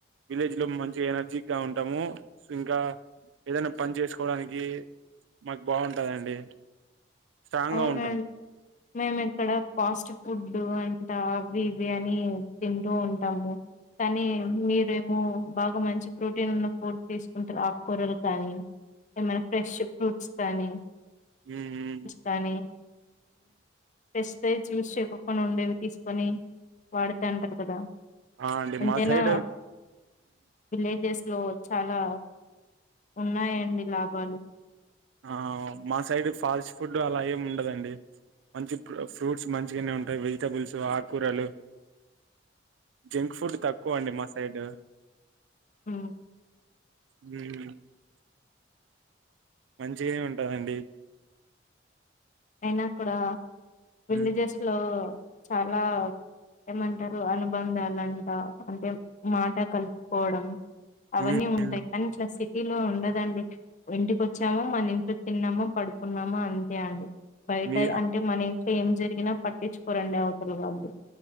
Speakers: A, on the right; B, on the left.
A: విలేజ్ లో మంచి ఎనర్జీ గా ఉంటాము ఇంకా ఏదైనా పని చేసుకోవడానికి మాకు బాగుంటాదండి స్ట్రాంగ్
B: అవునండి
A: గా ఉంటాం
B: మేము ఇక్కడ ఫాస్ట్ ఫుడ్ అంట అవి ఇవి అని తింటూ ఉంటాము కాని మీరు బాగా మంచి ప్రోటీన్ ఉన్న ఫుడ్ తీసుకుంటారు ఆకుకూరలు కానీ ఏమైనా ఫ్రెష్ ఫ్రూట్స్ కాని
A: హ్మ్మ్
B: కానీ టెస్ట్ ప్రైస్ చూసుకోకుండా ఉండేవి తీసుకొని వాడుత అంటారు కదా
A: ఆ అండి
B: ఎంతైనా
A: మా సైడ్
B: విలేజెస్ లో చాలా ఉన్నాయండి లాభాలు
A: ఆ మా సైడ్ ఫాస్ట్ ఫుడ్ అలా ఏమి ఉండదండి మంచి ఫ్రూట్స్ మంచిగానే ఉంటాయి వెజిటబుల్స్ ఆకూరలు జంక్ ఫుడ్ తక్కువ అండి మా సైడ్
B: హ
A: హ్మ్ మంచిగానే ఉంటాందండి
B: అయినా కూడా విలేజెస్
A: ఉమ్,
B: లో చాలా ఏమంటారు అనుబంధాలంట అంటే మాట కలుపుకోవడం అవన్నీ
A: ఉమ్,
B: ఉంటాయి
A: ఉమ్,
B: కానీ ఇట్లా సిట్ సిటీ లో ఉండదండి ఇంటికి వచ్చాము మన ఇంట్లో తిన్నామ పడుకున్నామ అంతే అండి. బయటయి
A: మీ
B: అంటే మని ఏం జరిగినా పట్టిచుకోరండి అవతల వాళ్ళు.